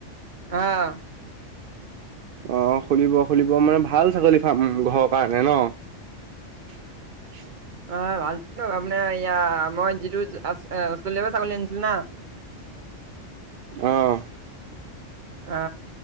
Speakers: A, on the right (about 45°); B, on the right (about 60°).
A: আহ
B: অ খুলিব খুলিব মানে ভাল ছাগলী ফাম ঘৰৰ কাৰণে ন উ
A: ভালো আপোনাৰয়া মই যিটো অষ্ট্ৰেলিয়া পা ছাগলী আনিছিলো ন
B: আহ
A: অ